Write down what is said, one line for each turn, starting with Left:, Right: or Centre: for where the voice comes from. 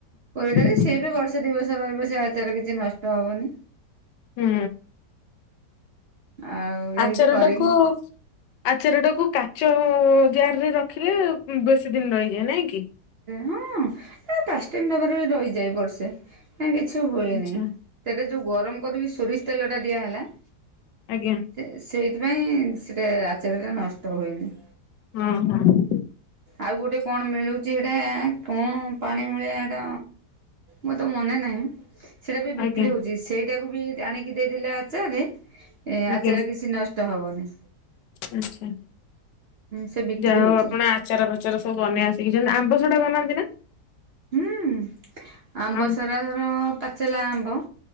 Right: ପୁରୀ ଦେେଲେ
Left: ଆଛା
Right: ସିଏ ବି ବର୍ଷା ଦିବସ ରହିବ ସେ ଭିତରେ କିଛି ନଷ୍ଟ ହବନି।
Left: ହୁଁ।
Right: ଆଉ।
Left: ଆଚାର
Right: ଏମିତି କରିକି
Left: ଟାକୁ ଆଚାରଟାକୁ କାଚ ଜାର ରେ ରଖିଲେ ବେଶୀ ଦିନ ରହିଯାଏ ନାଇଁ କି?
Right: ହଁ ପାଷଟିକି ଦବା ରେ ବି ରହିଯାଏ ବର୍ଷେ। ନାଇଁ କିଛି ହୁଏନି
Left: ଆଛା
Right: ସେଟା ଯୋଉ ଗରମ କରିକି ସୋରିଷ ତେଲ ଟା ଦିଆହେଲା
Left: ଆଜ୍ଞା।
Right: ସେ ସେଇଥିପାଇଁ ସେଟା ଆଚାରଟା ନଷ୍ଟ ହୁଏନି।
Left: ହୁଁ ହୁଁ।
Right: ଆଉ ଗୋଟେ କଣ ମିଳୁଛି ହେଟା କଣ ପାଣି ଭଳିଆ ହେଟା। ମ ତ ମନେ ନାଇଁ। ସେଇଟା ବି ବିକ୍ରି
Left: ଆଜ୍ଞା
Right: ହଉଛି ସେଇଟାକୁ ବି ଆଣିକି ଦେଇଦେଲେ ଆଚାରରେ ଏ
Left: ଆଜ୍ଞା
Right: ଆଚାର କିଛି ନଷ୍ଟ ହବନି।
Left: ଆଛା
Right: ସେ ବିକ୍ରି
Left: ଯାହା
Right: ହଉଛି
Left: ହଉ ଆପଣ ଆ ଆଚାର ଫାଚାର ସବୁ ବନେଇବା ଶିଖି ଛନ୍ତି। ଆମ୍ବ ଶଢା ବନାନ୍ତି ନା?
Right: ହୁଁ ଆମ୍ବ
Left: ଆଁ
Right: ସାରା ଧର ପାଚଲା ଆମ୍ବ।